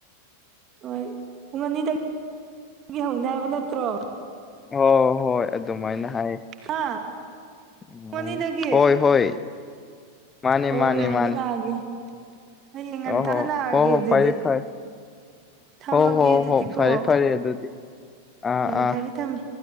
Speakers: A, on the right (about 30°); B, on the left (about 20°).
A: ꯍꯣꯏ ꯄꯨꯡ ꯑꯅꯤꯗꯒꯤ ꯍꯧꯅꯤ ꯍꯥꯏꯕ ꯅꯠꯇ꯭ꯔꯣ
B: ꯑꯣ ꯍꯣꯏ ꯑꯗꯨꯃꯥꯏꯅ ꯍꯥꯏ
A: ꯍꯥ
B: ꯎꯝ
A: ꯄꯨꯡ ꯑꯅꯤꯗꯒꯤ
B: ꯍꯣꯏ ꯍꯣꯏ ꯃꯥꯟꯅꯦ
A: ꯑꯣ
B: ꯃꯥꯟꯅꯦ
A: ꯂꯥꯛꯑꯒꯦ
B: ꯃꯥꯟꯅꯦ
A: ꯂꯥꯛꯑꯒꯦ ꯍꯌꯦꯡ ꯉꯟꯇꯥꯅ
B: ꯑꯣꯍꯣ
A: ꯂꯥꯛꯑꯒꯦ
B: ꯍꯣ ꯍꯣ ꯍꯣ
A: ꯑꯗꯨꯗꯤ
B: ꯐꯩꯌꯦ ꯐꯩꯌꯦ
A: ꯊꯝꯃꯒꯦ
B: ꯍꯣ ꯍꯣ
A: ꯑꯗꯨꯗꯤꯀꯣ
B: ꯍꯣ ꯐꯔꯦ ꯐꯔꯦ ꯑꯗꯨꯗꯤ ꯑꯥ
A: ꯎꯝ
B: ꯑꯥ
A: ꯊꯝꯃꯦ ꯊꯝꯃꯦ